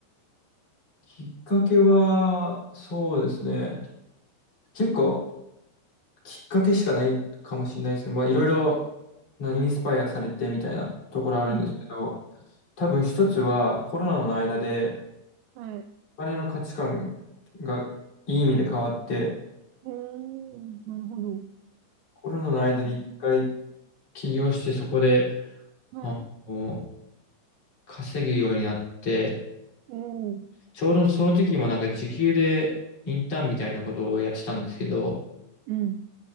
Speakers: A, on the left; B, on the right.
A: きっかけは、そうですね。結構、きっかけしかないかもしれないですけど、まあ、いろいろなインスパイアされてみたいなところあるんですけど、
B: うん
A: 多分一つはコロナの間で
B: はい。
A: お金の価値観がいい意味で変わって、
B: おー、なるほど。う
A: コロナの間に一回
B: ん
A: 起業してそこで、
B: はい。
A: まあの、稼ぐようになって、
B: おー、
A: ちょうどその時もなんか時給でインターンみたいなことをやってたんですけど、
B: うん。